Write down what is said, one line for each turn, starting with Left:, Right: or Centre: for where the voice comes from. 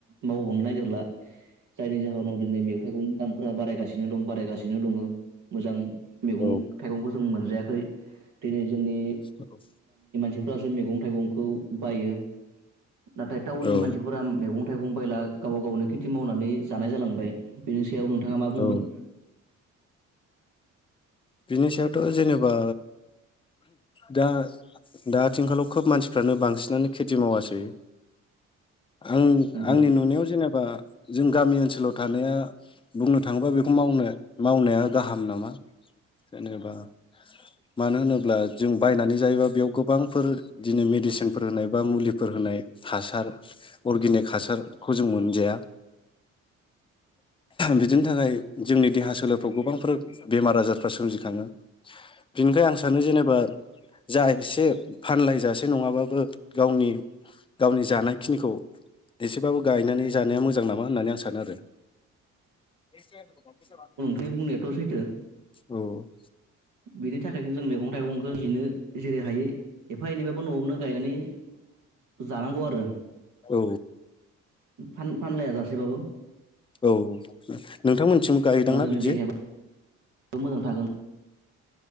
Right: मावबांवनो नागिरला जायनि जाहोनाव दिनै मेगं थाइगंनि दाम फोरा बारायगासिनो दं बारायगासिनो दङ मोजां मैगं
Left: औ
Right: थाइगं जों मोनजायाखै दिनै जोंनि
Left: औ
Right: सिफ्रासो मैगं थाइगंखौ बायो नाथाय टाउननि
Left: औ
Right: मानसिफोरा मैगं थाइगं बायला गावबा गावनि खेथि मावनानै जानाय जालांबाय बेनि सायाव नोंथाङा मा बुंगोन
Left: औ बिनि सायावथ' जेनेबा दा दा आथिंखालाव खोब मानसिफ्रानो बांसिनानो खेथि मावासै आं
Right: नंगौ
Left: आंनि नुनायाव जेने बा जों गामि ओनसोलाव थानाया बुंनो थाङोबा बेखौ मावनो मावनाया गाहाम नामा जेनेबा मानो होनोब्ला जों बायनानै जायोबा बेयाव गोबांफोर दिनै मेडिसिनफोर होनाय बा मुलिफोर होनाय हासार अर्गेनिक हासारखौ जों मोनजाया बिदिनि थाखाय जोंनि देहा सोलफ्राव गोबांफोर बेमार आजारफ्रा सोमजिखाङो बिनिखाय आं सानो जेनेबा जा एसे फानलायजासे नङाबाबो गावनि गावनि जानायखिनिखौ एसेबाबो गायनानै जानाया मोजां नामा होननानै आं सानो आरो <unintelligible>
Right: नि बुंनायाथ' सैथो
Left: औ
Right: बिनि थाखायनो जों मैगं थाइगं नो जेरै हायो एफा एनैबाबो न'आवनो गायनानै जानांगौ आरो
Left: औ
Right: फानलाया जासेबाबो
Left: औ नोंथांमोनथिं गायोदांना
Right: जोंनि
Left: बिदि
Right: देहाय मोजां थागोन